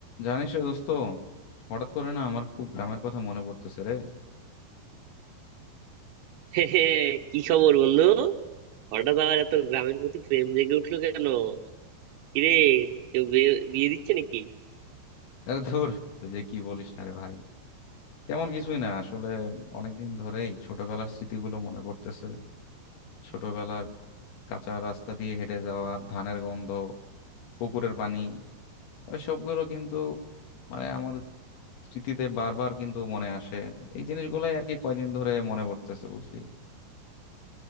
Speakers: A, on the left; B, on the right.
A: জানিস রে দোস্ত হঠাৎ করে না আমার খুব গ্রামের কথা মনে পড়তেছে রে
B: <laughs> কি খবর বন্ধু হঠাৎ আবার এত গ্রামের প্রতি প্রেম জেগে উঠলো কেন কিরে কেউ বিয়ে বিয়ে দিচ্ছে নাকি
A: আরে ধুর তুই যে কি বলিস না রে ভাই তেমন কিছুই না আসলে অনেকদিন ধরেই ছোটবেলার স্মৃতিগুলো মনে পড়তেছে ছোটবেলার কাঁচা রাস্তা দিয়ে হেঁটে যাওয়া ধানের গন্ধ পুকুরের পানি ওই সবগুলো কিন্তু মানে আমাদের স্মৃতিতে বারবার কিন্তু মনে আসে এই জিনিসগুলাই আর কি কয়দিন ধরে মনে পড়তেছে বুঝলি